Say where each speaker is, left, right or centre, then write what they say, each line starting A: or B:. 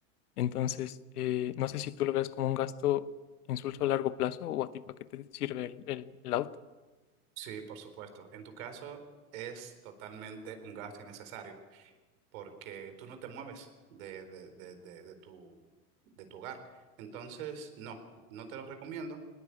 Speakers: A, on the left; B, on the right.
A: Entonces, eh, no sé si tú lo ves como un gasto insulso a largo plazo o a ti para qué te sirve el, el, el auto.
B: Sí, por supuesto. En tu caso es totalmente un gasto innecesario porque tú no te mueves de, de, de, de, de tu, de tu hogar. Entonces, no, no te lo recomiendo.